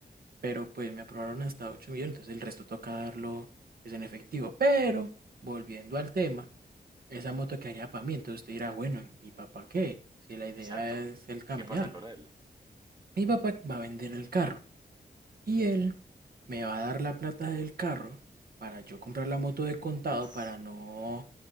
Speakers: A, on the right (about 65°); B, on the right (about 25°).
A: pero pues me aprobaron hasta 8 millones, entonces el resto toca darlo pues en efectivo. Pero, volviendo al tema esa moto quedaría para mí. Entonces usted dirá, bueno, ¿y mi papá qué? Si la idea
B: Exacto.
A: es el camellarla.
B: ¿Qué pasa con él?
A: Mi papá va a vender el carro y él me va a dar la plata del carro para yo comprar la moto de contado
B: Uf.
A: para no,